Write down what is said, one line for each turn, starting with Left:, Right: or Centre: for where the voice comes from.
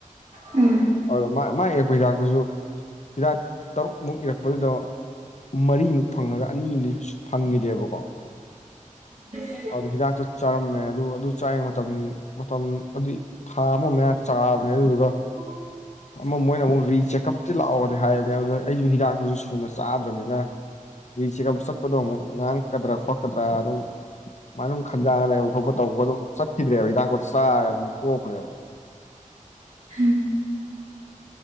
Right: ꯎꯝ
Left: ꯑꯗꯨꯗ ꯃꯥ ꯏꯔꯛꯄ ꯍꯤꯗꯥꯛꯇꯨꯁꯨ ꯍꯤꯗꯥꯛ ꯇꯔꯨꯛꯃꯨꯛ ꯏꯔꯛꯄꯗꯨꯗ ꯃꯔꯤꯃꯨꯛ ꯐꯪꯉꯒ ꯑꯅꯤꯝꯗꯤ ꯐꯪꯒꯤꯗꯦꯕꯀꯣ
Right: ꯎꯝ
Left: ꯑꯗꯨꯗ ꯍꯤꯗꯥꯛꯇꯣ ꯆꯥꯔꯝꯃꯦ ꯑꯗꯨ ꯑꯗꯨ ꯆꯥꯔꯤꯉꯩꯪ ꯃꯇꯝ ꯃꯇꯝ ꯑꯗꯤ ꯊꯥ ꯑꯃ ꯃꯌꯥ ꯆꯥꯕꯅꯦ ꯑꯗꯨꯗꯨꯒ
Right: <inaudible>
Left: ꯑꯃ ꯃꯣꯏꯅꯃꯨꯛ ꯔꯤ ꯆꯦꯛꯀꯞꯇꯤ ꯂꯥꯛꯑꯣꯗꯤ ꯍꯥꯏꯕꯅꯦ ꯑꯗꯨ ꯑꯩꯁꯨ ꯍꯤꯗꯥꯛꯇꯨꯁꯨ ꯁꯨꯅ ꯆꯥꯗ꯭ꯔꯕꯅꯤꯅ ꯔꯤꯆꯦꯛꯀꯞ ꯆꯠꯄꯗꯣ ꯑꯃꯨꯛ ꯉꯥꯡꯉꯛꯀꯗ꯭ꯔꯥ ꯈꯣꯠꯀꯗ꯭ꯔꯥ ꯑꯗꯨꯝ ꯃꯥꯏꯅ ꯑꯗꯨꯝ ꯈꯟꯖꯥꯡꯅ ꯂꯩꯕ ꯈꯣꯠꯄ ꯇꯧꯕ ꯑꯗꯨꯝ ꯆꯠꯈꯤꯗ꯭ꯔꯦꯕ ꯍꯤꯗꯥꯛꯇꯣ ꯆꯥꯔꯒ ꯑꯗꯨꯝ ꯇꯣꯛꯈ꯭ꯔꯦꯕ
Right: ꯎꯝ